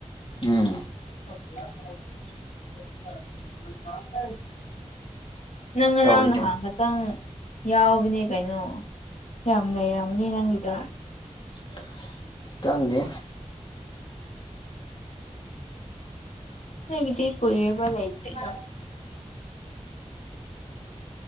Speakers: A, on the left; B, on the left.
A: ꯎꯝ
B: <unintelligible> ꯅꯪ ꯉꯔꯥꯡ
A: ꯇꯧꯔꯤꯗꯣ
B: ꯅ ꯍꯥꯡꯒꯗ ꯈꯤꯇꯪ ꯌꯥꯎꯕꯅꯦ ꯀꯩꯅꯣ ꯌꯥꯝ ꯂꯩꯔꯝꯅꯤ ꯅꯪꯒꯤꯗ
A: <inaudible> ꯈꯪꯗꯦ
B: ꯍꯒꯤꯗꯤ ꯀꯕ ꯂꯁꯅ